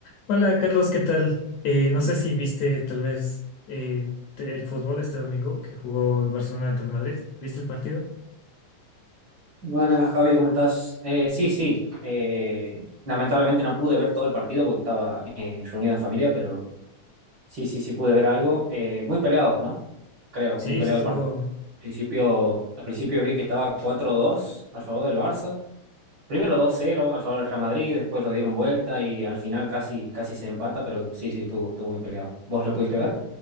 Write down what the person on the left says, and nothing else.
Hola Carlos, ¿qué tal? Eh, no sé si viste tal vez eh, te- el fútbol este domingo que jugó el Barcelona del Real Madrid. ¿Viste el partido?
Sí,
estuvo.